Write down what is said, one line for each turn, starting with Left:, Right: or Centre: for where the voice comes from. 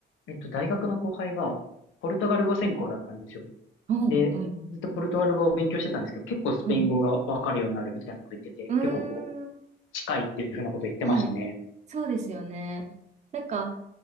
Left: えっと、大学の後輩がポルトガル語専攻だったんですよ。
Right: うん、
Left: で、
Right: はい、
Left: ずっとポルトガル語を勉強してたんですけど、結構スペイン語がわかるようになるみたいなこと言ってて、
Right: はい。うーん、
Left: 結構こう、近いっていうふうなこと言ってましたね。
Right: はい。そうですよね。なんか、